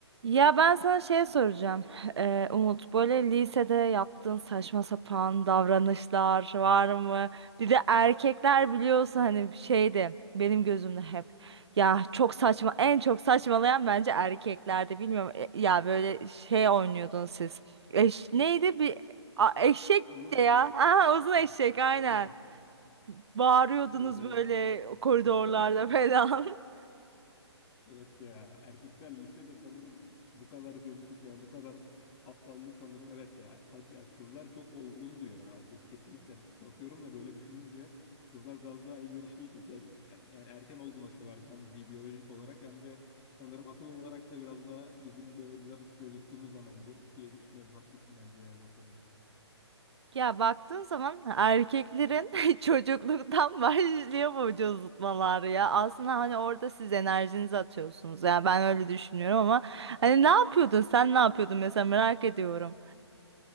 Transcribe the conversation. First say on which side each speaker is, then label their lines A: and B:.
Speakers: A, on the right (about 65°); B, on the left (about 25°).
A: Ya ben sana şey soracağım. <laughs> Eee, Umut böyle lisede yaptığın saçma sapan davranışlar var mı? Bir de erkekler biliyorsun hani şeydi benim gözümde hep. Ya çok saçma en çok saçmalayan bence erkeklerde bilmiyorum. e, Ya böyle şey oynuyordun siz. Eş, neydi bir a, eşek
B: Uzun
A: de
B: eşek.
A: ya. <laughs> Aha, uzun eşek
B: <laughs>
A: aynen. Bağırıyordunuz
B: Evet evet.
A: böyle koridorlarda
B: <laughs>
A: falan. <laughs>
B: Evet ya erkekler lisede sanırım bu kadar cozutup ya bu kadar s- aptallığı sanırım evet ya, ka- ya kızlar çok olgundu ya geç kesinlikle bakıyorum da böyle düşününce kızlar biraz daha elverişliydi Ge- yani erken olgunlaşıyorlardı hem bi- biyolojik olarak hem de sanırım akıl olarak da biraz daha bizim böyle bizler cozuttuğumuz zamandı diye düşünüyorum haklısın bence yani o konuda.
A: Ya baktığın zaman erkeklerin <laughs> çocukluktan başlıyor bu vücutmalar ya. Aslında hani orada siz enerjinizi atıyorsunuz. Ya ben öyle düşünüyorum ama hani ne yapıyordun? Sen ne yapıyordun mesela merak ediyorum.